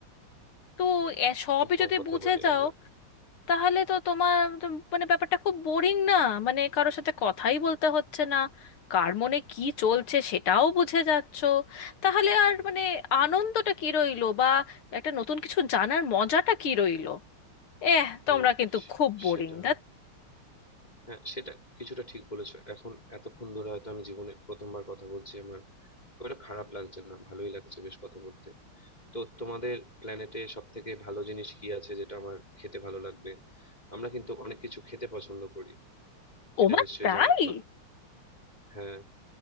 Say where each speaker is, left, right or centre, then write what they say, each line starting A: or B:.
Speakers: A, on the left; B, on the left.
A: তো এ সবই
B: খুব কম
A: যদি
B: কথা
A: বুঝে
B: বলি
A: যাও
B: আমরা
A: তাহলে তো তোমার তো মানে ব্যাপারটা খুব বোরিং না মানে কারোর সাথে কথাই বলতে হচ্ছে না কার মনে কি চলছে সেটাও বুঝে যাচ্ছো তাহলে
B: হুম
A: আর মানে আনন্দটা কি রইলো বা একটা নতুন কিছু জানার মজাটা কি রইলো এহ
B: হুম
A: তোমরা কিন্তু
B: সে-
A: খুব বোরিং
B: সেটা
A: দা
B: হ্যাঁ সেটা কিছুটা ঠিক বলেছো এখন এতক্ষণ ধরে হয়তো আমি জীবনে প্রথমবার কথা বলছি আমার ওটা খারাপ লাগছে না ভালোই লাগছে বেশ কথা বলতে তো তোমাদের প্ল্যানেটে সব থেকে ভালো জিনিস কি আছে যেটা আমার খেতে ভালো লাগবে আমরা কিন্তু অনেক কিছু খেতে পছন্দ করি সেটা
A: ওমা
B: নিশ্চয়ই
A: তাই
B: জানো না হ্যাঁ